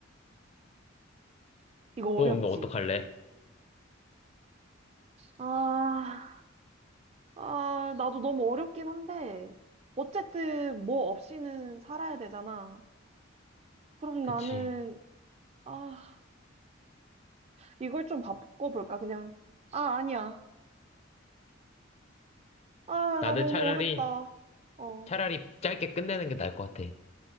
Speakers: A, on the right; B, on the left.
A: 이거
B: 너
A: 어렵지?
B: 운동 어떡할래?
A: 아, 아, 나도 너무 어렵긴 한데, 어쨌든 뭐 없이는 살아야 되잖아. 그럼
B: 그치.
A: 나는, 아, 이걸 좀 바꿔볼까, 그냥. 아, 아니야. 아,
B: 나는
A: 나 너무
B: 차라리,
A: 어렵다. 어,
B: 차라리 짧게 끝내는 게 나을 것 같아.